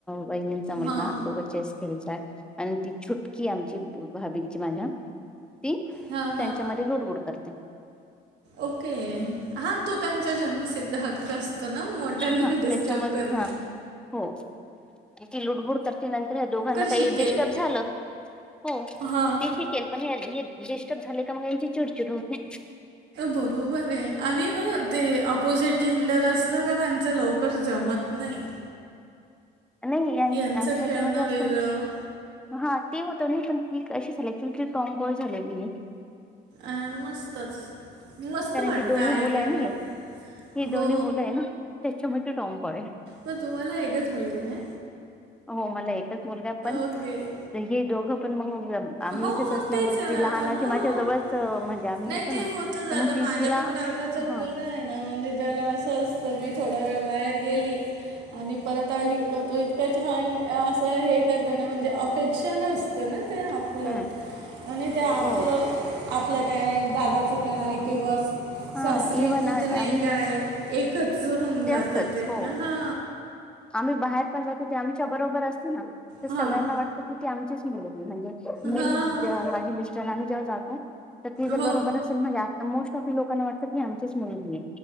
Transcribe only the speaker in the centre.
वहिणींचा मुलगा
दोघं चेस खेळताय. आणि ती छुटकी आमची, भाबिंची माझ्या ती
त्यांच्यामध्ये लुडबुड करते.
हा
त्याच्यामध्ये
हा हो ती लुडबुड करते, नंतर ह्या दोघांना
काही डिस्टर्ब झालं हो ते
ठीकये, पण हे हे डिस्टर्ब झाले का मग? यांची चिडचिड होते.
नाही यां
आमच्या
ह्याच्यामध्ये आसं
हाय, हा ते होतं नाही पण ती कशी झाली? ॲक्च्युली ती टॉम्ब बॉय झालेलीए.
कारण
की दोन्ही
मुलं हाये ना हे. ही दोन्ही
मुलं आहे ना, त्याच्यामध्ये टॉम बॉय
हो मला एकच मुलगा पण,
हे दोघं पण मग आम्ही
इथेच
असल्यामुळे
की
लहानाची
माझ्या जवळच म्हणजे आम्ही
होतो
ना
तर मग
त तिला
हा
हम्म
हो
हा
इव्हन
आम्ही
ते
असतच
हो आम्ही बाहेर पण जातो, ते आमच्या बरोबर असते ना, तर
सगळ्यांना वाटतं की ती, आमचीच मुलगि आहे म्हणजे मी
माझे मिस्टरम जेव्हा जातो तर ती जर
बरोबर असेल म्हणजे. म मोस्ट ऑफ दी लोकांना वाटत की आमचीच मुली आहे